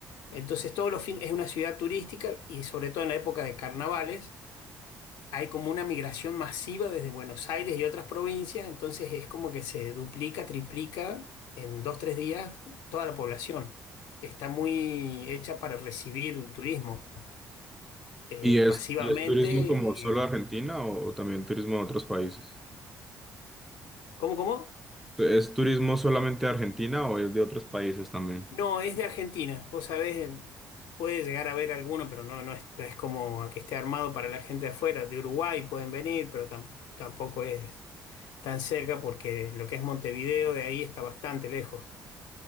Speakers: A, on the left; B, in the centre.
A: Entonces, todos los fines es una ciudad turística y sobre todo en la época de carnavales. hay como una migración masiva desde Buenos Aires y otras provincias, entonces es como que se duplica, triplica en dos, tres días toda la población. Está muy hecha para recibir turismo eh,
B: ¿Y es,
A: masivamente.
B: y es turismo como solo
A: Y,
B: de Argentina o, o también turismo de otros países?
A: ¿cómo, cómo?
B: ¿Es turismo solamente de Argentina o es de otros países también?
A: No, es de Argentina. Vos sabés, puede llegar a haber alguno, pero no, no es, no es como a que esté armado para la gente de afuera. De Uruguay pueden venir, pero tam- tampoco es tan cerca porque lo que es Montevideo de ahí está bastante lejos.